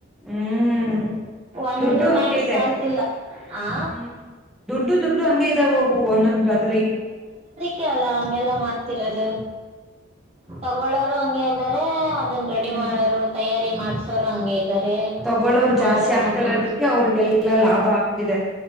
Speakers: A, in the centre; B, on the right.
A: ಹ್ಮ್.
B: ಒಂದು
A: ದುಡ್ಡು ಹಂಗೆ
B: ಮ್ಯಾಕ್ಸ್
A: ಇದೆ
B: ಸಾಲ್ಟಿಲ್ಲ ಆ.
A: ಹ್ಮ್ ದುಡ್ಡು ದುಡ್ಡು ಹಂಗೆ ಇದ್ದಾವವು ಒಂದೊಂದು ಗದ್ರಿ
B: ಕೆ ಅಲ್ಲ ಹಂಗೆಲ್ಲ ಮಾಡ್ತಿರೋದು ತಗಳೋರು ಹಂಗೆ ಇದ್ದಾರೆ ಅದನ್ನ ರೆಡಿ
A: ಹ್ಮ್
B: ಮಾಡೋರು ತಯಾರಿ ಮಾಡಸೋರು ಹಂಗೆ ಇದ್ದಾರೆ
A: ತಗೊಳೋರ್ ಜಾಸ್ತಿ
B: ಮಾಡೋರು
A: ಆಗ್ತಿರೋದುಕ್ಕೆ
B: ಹಂಗೆ
A: ಅವ್ರಿಗೆಲ್ಲಾ ಲಾಭ ಆಗ್ತಿದೆ